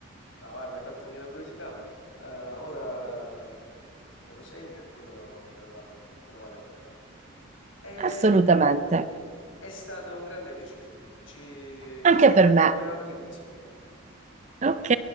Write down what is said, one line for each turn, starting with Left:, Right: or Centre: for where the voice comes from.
Left: no, guarda, mi hai fatto venire la curiosità. Eh, ora me lo segno e poi me lo, me lo vado, me lo vado a guardare. Eh,
Right: Assolutamente,
Left: È, stato un grande piacere. Ci,
Right: anche
Left: ci aggiorniamo
Right: per me.
Left: per altri consigli.
Right: Ok.